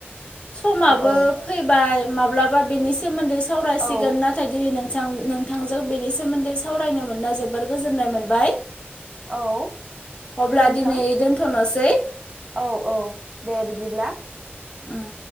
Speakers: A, on the left (about 30°); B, on the right (about 20°).
A: समाबो
B: औ
A: फैबाय माब्लाबा बेनि सोमोन्दै सावरायसिगोन
B: औ
A: नाथाय दिनै नों नोंथांजों बेनि सोमोन्दै सावरायनो मोननो जोबोर गोजोननाय मोनबाय
B: औ
A: अब्ला
B: गोजोन्थों
A: दिनै दोनथ'नोसै दै
B: औ औ दे बिदिब्ला
A: उम